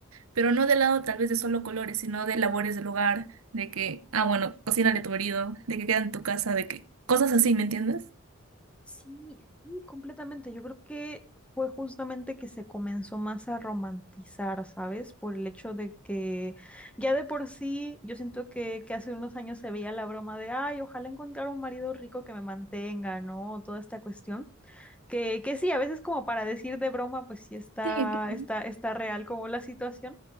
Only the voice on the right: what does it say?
pero no del lado tal vez de solo colores, sino de labores del hogar, de que, ah, bueno, cocínale a tu marido, de que queda en tu casa, de que cosas así, ¿me entiendes?
Sí, claro.